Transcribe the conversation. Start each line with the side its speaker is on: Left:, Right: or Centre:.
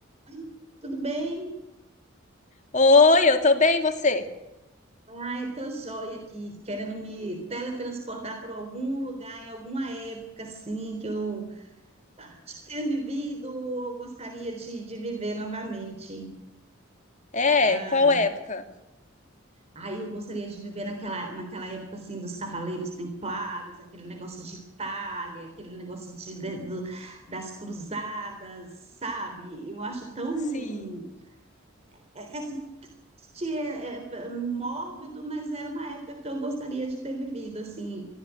Right: Oi, Tudo bem?
Left: Oi, eu tô bem, e você?
Right: Ai, tô joia aqui, querendo me teletransportar por algum lugar, em alguma época, assim, que eu ah, já tenha vivido, ou gostaria de, de viver novamente.
Left: É,
Right: Ai,
Left: qual época?
Right: aí eu gostaria de viver naquela, naquela época, assim, dos Cavaleiros Templários, aquele negócio de Itália, aquele negócio de, de- do- das cruzadas, sabe? Eu acho tão...
Left: Sim.
Right: é, é triste, é, é, p- mórbido, mas era uma época que eu gostaria de ter vivido, assim,